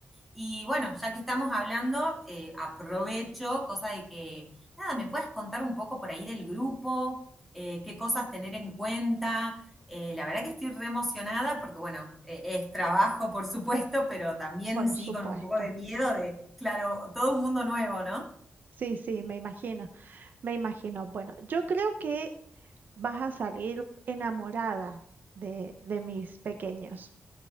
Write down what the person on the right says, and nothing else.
Por
supuesto.
Sí, sí, me imagino, me imagino. Bueno, yo creo que vas a salir enamorada de, de mis pequeños.